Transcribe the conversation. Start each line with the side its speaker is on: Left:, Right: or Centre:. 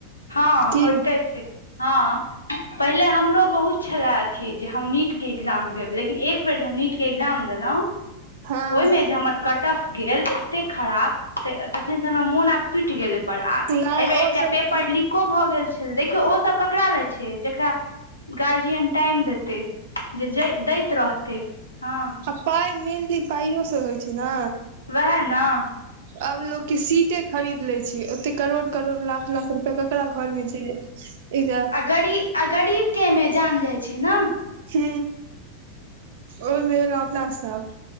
Left: हँ
Right: की
Left: होयते छै हँ पहिले हमरो बहुत छले अथी जे हम नीट के एग्जाम देब लेकिन एक बेर जे हम नीट के एग्जाम देलो
Right: हँ
Left: ओहि मे जे हमर कटऑफ गेल एतेक खराब तऽ तखन से हमरा मोन आब टूटि गेलै पर आ
Right: नहि
Left: एहि बेेर एकटा
Right: ओ सब
Left: पेप लीको भऽ गेल छल देखियौ ओ सब ककरा ल छै जकरा गार्जियन टाइम देतै जे दैत रहतै हँ
Right: पइ मेलली पइो से होइ छै ना
Left: वएह ने
Right: आब लोक के सीटे खरीद ले छै ओते करोड़ करोड़ लाख लाख रुपआ ककरा घर में छै एकज
Left: गरी आ गरीब के अइए में जान जाइ छै ने
Right: ह ओय मे एलो अपना सब